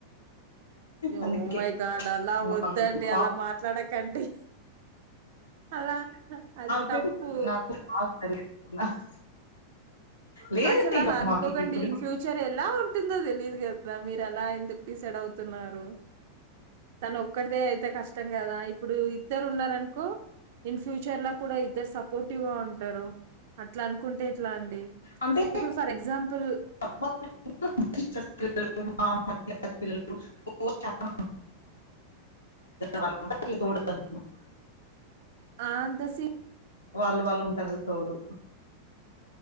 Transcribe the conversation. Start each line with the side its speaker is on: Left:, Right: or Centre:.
Right: ఓ
Left: అందుకే
Right: మై గార్డ్ అలా వద్దండి
Left: మాకు పాప
Right: అలా మాట్లాడకండి అలా అది
Left: క
Right: తప్పు.
Left: నాకు నాకు అది నాకు లేదు
Right: అసల
Left: ఇంకా
Right: అలా అనుకోకండి
Left: మాకు ఇప్పుడు
Right: ఇన్ ఫ్యూచర్ ఎలా ఉంటుందో తెలియదు కదా మీరు అలా ఎందుకు డిసైడ్ అవుతున్నారు తను ఒక్కడి దే అయితే కష్టం కదా ఇప్పుడు ఇద్దరు ఉన్నారనుకో ఇన్ ఫ్యూచర్ లో కూడా ఇద్దరు సపోర్టివ్ గా ఉంటారు అట్లా అనుకుంటే ఎట్లా అండిడి
Left: అంటే
Right: ఇప్పుడు ఫర్ ఎగ్సాంపుల్
Left: మా సిస్టర్స్ పిల్లలు మా పిల్లలు చాల వాళ్ళ మమ్మి తోడుగ ఉంటోది
Right: ఆ ఆంత సిరి
Left: వాళ్ళు వాళ్ళు ఉంటారు గా తోడు